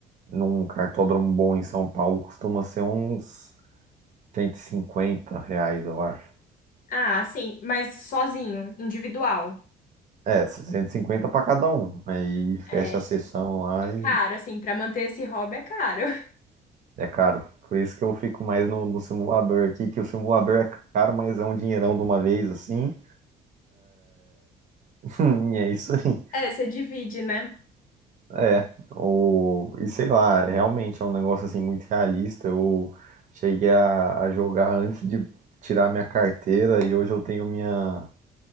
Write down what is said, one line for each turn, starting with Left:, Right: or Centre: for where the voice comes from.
Right: num cartódromo bom em São Paulo costuma ser uns 150 reais, eu acho.
Left: Ah, sim, mas sozinho, individual.
Right: É, 150 para cada um. Aí fecha
Left: É,
Right: a sessão lá
Left: é
Right: e
Left: caro, assim, pra manter esse hobby é caro. <laughs>
Right: é caro. Por isso que eu fico mais no, no simulador aqui, que o simulador é caro, mas é um dinheirão de uma vez assim. <laughs> E é isso aí.
Left: É, você divide, né?
Right: É, o, e sei lá, realmente é um negócio assim muito realista. Eu cheguei a, a jogar antes de tirar minha carteira e hoje eu tenho minha